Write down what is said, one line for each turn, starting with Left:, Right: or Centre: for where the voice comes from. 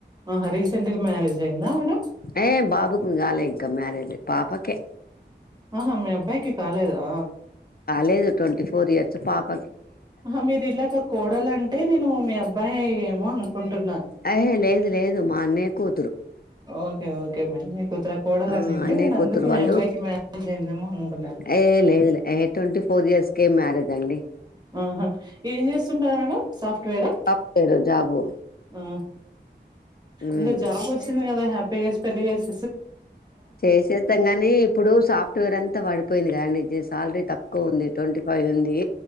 Right: ఆహా రీసెంట్ గా మ్యారేజ్ అయిందా మేడం
Left: ఏ బాబుకి ఇంకా కాలే ఇంకా మ్యారేజ్ పాపకే
Right: ఉహు మీ అబ్బాయికి కాలేదా
Left: లేదు ట్వంటీ ఫోర్ ఇయర్స్ పాప
Right: ఆహ మీరు ఇలాక కోడలు అంటే నేను మీ అబ్బాయి ఏమో అనుకు ున్నా
Left: అహే లేదు లేదు మా అన్నయ్య కూతురు
Right: ఓకేఓకే మ కుతర కోడాలనింటే
Left: ఆ అన్నయ్య
Right: నేను
Left: కూతురు
Right: అందుకు మీ
Left: వాళ్ళు
Right: అబ్బాయికి మ్యారేజ్ అయిందేమో అనుకున్నాను
Left: ఏ లేదులే ఏ ట్వంటీ ఫోర్ ఇయర్స్కేమ్ మ్యారేజ్ అండి
Right: ఆహా ఏం చేస్తుంటారు మేడం సాఫ్ట్వేరా
Left: సాఫ్ట్వేర్ జాబు
Right: ఉ
Left: ఉమ్
Right: ఇంకా జాబ్ వచ్చింది కదా హ్యాపీగా పెళ్లిస్
Left: చేసేస్తాం నీ ఇప్పుడు సాఫ్ట్వేర్ అంతా పడిపోయింది కాండి ఇ శాలరీ తక్కువ ఉంది ట్వంటీ ఫైవ్ ఉంది